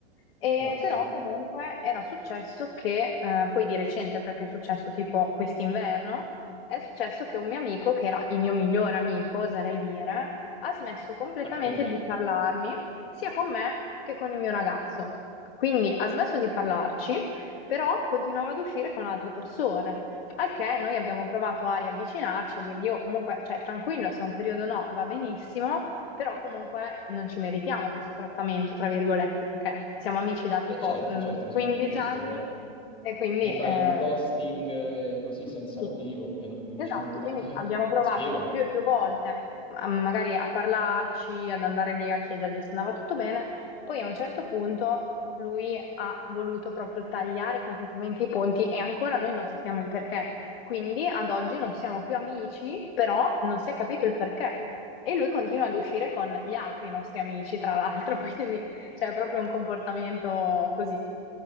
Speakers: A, on the left; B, on the left.
A: E
B: classico.
A: però comunque era successo che, eh, poi di recente, perché è successo tipo quest'inverno, è successo che un mio amico, che era il mio migliore amico, oserei dire, ha smesso completamente
B: Ah, quindi,
A: di parlarmi, sia con me che con il mio ragazzo. Quindi ha smesso di parlarci, però continuava ad uscire con altre persone. Al che noi abbiamo provato a riavvicinarci, a dirgli, oh comunque, cioè tranquillo, se è un periodo no, va benissimo. Però comunque non ci meritiamo questo trattamento, tra virgolette, perché siamo amici da tipo
B: è certo,
A: mm,
B: certo, mi
A: 15
B: sembra giusto.
A: anni e quindi
B: Mi fai
A: eh,
B: il ghosting eh, così senza
A: sì.
B: motivo e non mi dici
A: Esatto,
B: nulla.
A: quindi
B: <laughs> Eh,
A: abbiamo provato
B: spiegami.
A: più e più volte, a- magari a parlarci, ad andare lì a chiedergli se andava tutto bene. Poi a un certo punto lui ha voluto proprio tagliare completamente i ponti e ancora noi non sappiamo il perché. Quindi ad oggi non siamo più amici, però non si è capito il perché. E lui continua ad uscire con gli altri nostri amici, tra l'altro, <laughs> quindi c'è proprio un comportamento così.